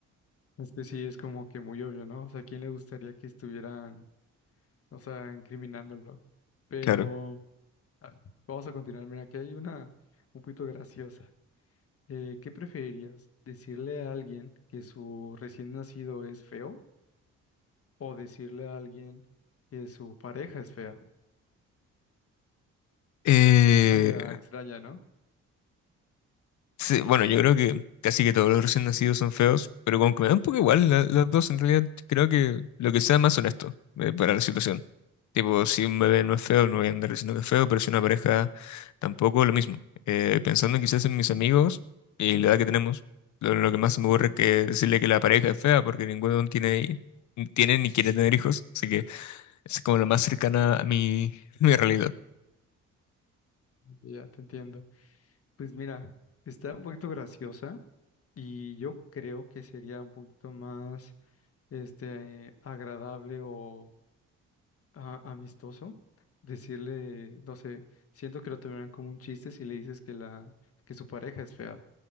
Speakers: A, on the left; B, on the left.
A: Es que sí, es como que muy obvio, ¿no? O sea, ¿a quién le gustaría que estuvieran o sea, incriminándolo. Pero
B: Claro.
A: a ver, vamos a continuar. Mira, aquí hay una un poquito graciosa. Eh, ¿qué preferirías? ¿Decirle a alguien que su recién nacido es feo o decirle a alguien que su pareja es fea?
B: Eh,
A: Está medio extraña, ¿no?
B: sí, bueno, yo creo que casi que todos los recién nacidos son feos, pero como que me da un poco igual
A: <laughs>
B: la- las dos, en realidad creo que lo que sea más honesto eh, para la situación. Tipo, si un bebé no es feo, no voy a andar diciendo que es feo, pero si una pareja tampoco, lo mismo. Eh, pensando quizás en mis amigos y la edad que tenemos, lo, lo que más se me
A: Ujú,
B: ocurre es que decirle que la pareja es fea porque ninguno tiene, tiene ni quiere tener hijos, así que es como la más cercana a mi, <laughs> mi realidad.
A: Ya te entiendo. Pues mira, está un poquito graciosa y yo creo que sería un poquito más este agradable o a- amistoso, decirle, no sé, siento que lo tomarán como un chiste si le dices que la que su pareja es fea,